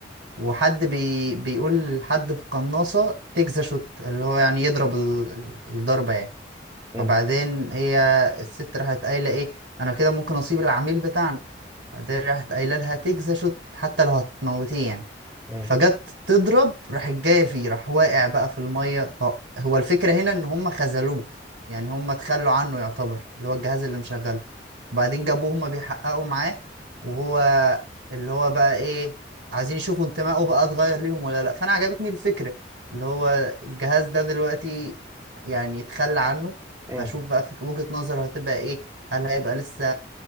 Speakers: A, on the right (about 85°); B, on the right (about 15°).
A: وحد بي... بيقول لحد بقناصة تكزا شوت اللي هو يعني يضرب ال... ال- الضربة يعني
B: مم.
A: فبعدين هي الست راحت قايلة ايه انا كده ممكن اصيب العميل بتاعنا بعدين راحت قايله لها تجزا شوت حتى لو هتموتيه يعني
B: مم.
A: فجت تضرب راحت جايه فيه راح واقع بقى في الميه ف- هو الفكره هنا ان هم خذلوه يعني هم تخلوا عنه يعتبر اللي هو الجهاز اللي مشغله وبعدين جابوه هما بيحققوا معاه وهو اللي هو بقى ايه عايزين يشوفوا انتمائه بقى اتغير ليهم ولا لا فانا عجبتني الفكره اللي هو الجهاز ده دلوقتي يعني يتخلى عنه
B: مم.
A: فاشوف بقى في وجهة نظره هتبقى ايه هل هيبقى لسه